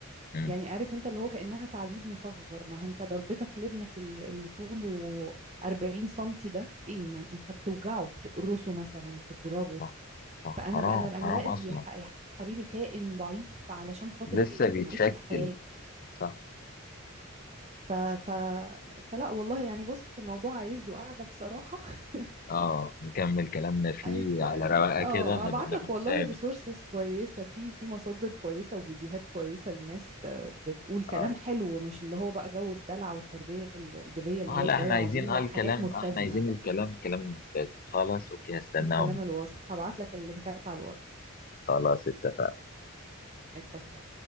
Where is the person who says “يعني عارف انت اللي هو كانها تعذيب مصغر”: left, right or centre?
Right